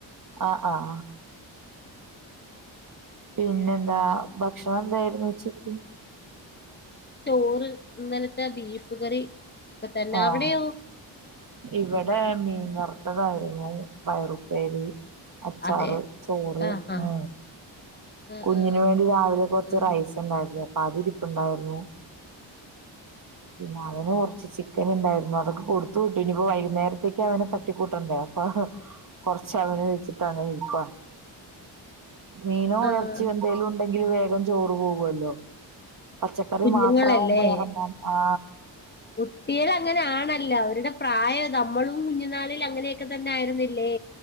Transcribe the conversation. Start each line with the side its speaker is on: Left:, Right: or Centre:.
Right: ആ ആ ആ പിന്നെന്താ ഭക്ഷണം എന്തായിരുന്നു ഉച്ചക്ക്
Left: ചോറ് ഇന്നലത്തെ ബീഫ് കറി ഒക്ക തന്നാ
Right: ആഹ്
Left: അവിടെയോ
Right: ഇവിടെ മീൻ വറുത്തതായിരുന്നു പയറുപ്പേരി അച്ചാറ്
Left: അതെ
Right: ചോറ്
Left: ആഹ് ആഹ്
Right: ആ
Left: ആഹ്
Right: കുഞ്ഞിന്
Left: ആഹ്
Right: വേണ്ടി രാവിലെ
Left: ആഹ്
Right: കൊറച്ച്
Left: ആഹ്
Right: റൈസ് ഉണ്ടാക്കിയെ അതിരിപ്പുണ്ടായിരുന്നു പിന്നെ
Left: ആഹ്
Right: അവന് കൊറച്ച് ചി <inaudible> ഇണ്ടായിരുന്നു അതൊക്കെ കൊടുത്തു വിട്ടു ഇനിപ്പോ വൈകുന്നേരത്തേക്ക് അവനെ തട്ടിക്കൂട്ടണ്ടേ അപ്പൊ കൊറച്ച് അവന് വെച്ചിട്ട് അങ്ങനെ ഇരിക്കാ മീനും <unintelligible>
Left: ആഹ്
Right: ചി എന്തേലും ഉണ്ട് യി വേഗം ചോറ് വേവല്ലോ പച്ചക്കറി
Left: കുഞ്ഞുങ്ങളല്ലേ
Right: മാത്രമാവുമ്പോ ഇറങ്ങാ ആ
Left: കുട്ടികൾ അങ്ങനെണ് ന്നല്ല അവരുടെ പ്രായം നമ്മളും കുഞ്ഞിനാളില്‍ അങ്ങനെയൊക്കെ തന്നെ ആയിരുന്നില്ലേ